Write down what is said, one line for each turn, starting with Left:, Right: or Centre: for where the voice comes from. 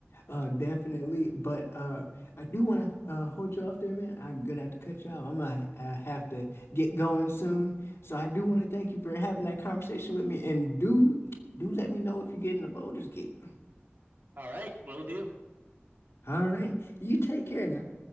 Left: uh definitely. But uh I do want to uh hold you off there, man. I'm gonna have to cut you off. I'm gonna uh, have to get going soon. So I do want to thank you for having that conversation with me and do do let me know if you're getting the Baldur's Gate.
Right: All right, will do.
Left: All right. You take care now.